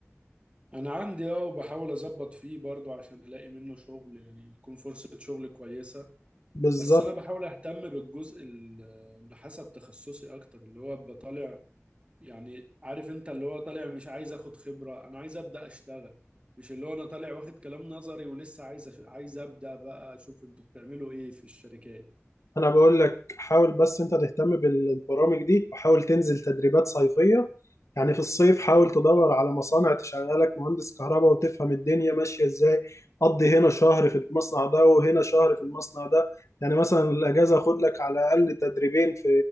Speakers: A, on the right; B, on the left.
A: <laughs> انا عندي اه وبحاول اظبط فيه برضو عشان الاقي منه شغل يعني يكون فرصة شغل كويسة
B: بالظبط
A: بس انا بحاول اهتم بالجزء ال- اللي حسب تخصصي اكتر اللي هو أبقى طالع يعني عارف انت اللي هو طالع مش عايز اخد خبرة انا عايز ابدأ اشتغل مش اللي هو انا طالع واخد كلام نظري ولسه عايز أش- عايز ابدأ بقى اشوف انتوا بتعملوا ايه في الشركات
B: انا بقول لك حاول بس انت تهتم بالبرامج دي وحاول تنزل تدريبات صيفية يعني في الصيف حاول تدور على مصانع تشغلك مهندس كهرباء وتفهم الدنيا ماشية ازاي قضي هنا شهر في المصنع ده وهنا شهر في المصنع ده يعني مثلا الاجازة خد لك على الاقل تدريبين في